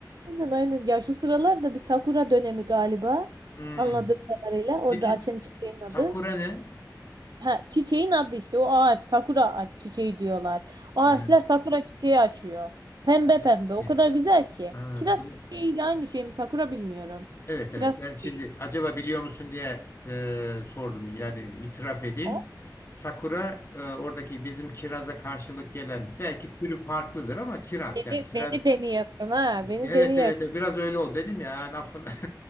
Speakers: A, on the right; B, on the left.
A: Aynen aynen. Ya şu sıralar da bir sakura dönemi galiba.
B: Hmm.
A: Anladığım kadarıyla orada
B: Peki
A: açan çiçeğin
B: Sakura
A: adı.
B: ne?
A: Ha, çiçeğin adı işte o ağaç sakura a- çiçeği diyorlar. O ağaçlar
B: Ha,
A: sakura çiçeği açıyor. Pembe
B: ha,
A: pembe
B: ilginç.
A: o kadar güzel ki.
B: Ha,
A: Kiraz
B: bu
A: çiçeğiyle
B: da-
A: aynı şey mi sakura bilmiyorum.
B: Evet
A: Kiraz
B: evet ben
A: çiçeği
B: şimdi acaba biliyor musun diye e, sordum yani itiraf edeyim.
A: o.
B: Sakura e, oradaki bizim kiraza karşılık gelen belki türü farklıdır ama kiraz
A: Beni,
B: yani kiraz
A: beni deniyorsun ha. Beni
B: evet
A: deniyorsun.
B: evet evet, biraz öyle oldu dedim ya lafın